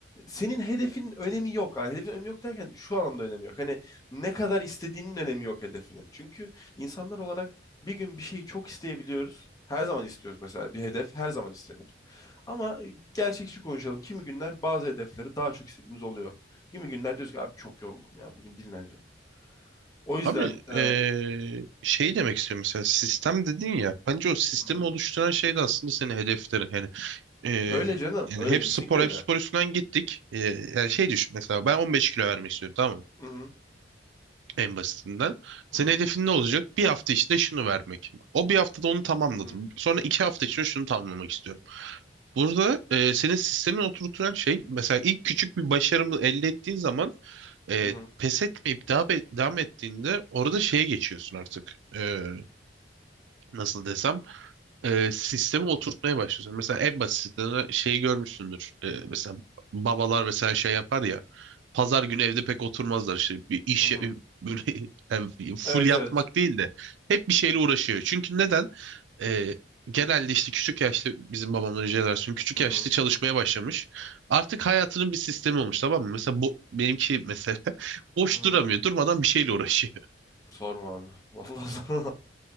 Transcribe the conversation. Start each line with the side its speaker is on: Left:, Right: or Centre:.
Left: senin hedefinin önemi yok. Yani hedefin önemi yok derken şu anlamda önemi yok. Hani ne kadar istediğinin önemi yok hedefinin. Çünkü insanlar olarak bir gün bir şeyi çok isteyebiliyoruz. Her zaman istiyoruz mesela bir hedef her zaman istenir. Ama gerçekçi konuşalım. Kimi günler bazı hedefleri daha çok istediğimiz oluyor. Kimi günler diyoruz ki abi çok yoruldum ya bugün dinleneceğim. O yüzden
Right: Abi
Left: e,
Right: eee, şey demek istiyorum mesela sistem dedin ya bence o sistemi
Left: Hı-hı.
Right: oluşturan şey de aslında senin hedeflerin. Hani Ee,
Left: Öyle canım.
Right: yani
Left: Öyle
Right: hep
Left: kesinlikle
Right: spor
Left: öyle.
Right: hep spor üstünden gittik. Ee, yani şey düşün mesela ben 15 kilo vermek istiyorum tamam mı?
Left: Hı-hı.
Right: En basitinden.
Left: Hı-hı.
Right: Senin hedefin ne olacak? Bir hafta içinde şunu vermek. O bir haftada onu tamamladım.
Left: Hı-hı.
Right: Sonra iki hafta içinde şunu tamamlamak istiyorum. Burada e, senin sistemin oturtulan şey mesela ilk küçük bir başarımı elde ettiğin zaman e,
Left: Hı-hı.
Right: pes etmeyip devam, devam ettiğinde orada şeye geçiyorsun artık. Ee, nasıl desem? e, sistemi oturtmaya başlıyorsun. Mesela en basitinden şeyi görmüşsündür. E, mesela babalar mesela şey yapar ya. Pazar günü evde pek oturmazlar işte bir iş
Left: Hı-hı.
Right: böyle <laughs> yani full
Left: Evet
Right: yatmak
Left: evet.
Right: değil de hep bir şeyle uğraşıyor. Çünkü neden? E, genelde işte küçük yaşta bizim babamların jenerasyonu küçük
Left: Hı-hı.
Right: yaşta çalışmaya başlamış. Artık hayatının bir sistemi olmuş tamam mı? Mesela bu benimki mesela <laughs> boş
Left: Hı-hı.
Right: duramıyor. Durmadan bir şeyle uğraşıyor.
Left: Sorma abi. <laughs> Vallahi sorma.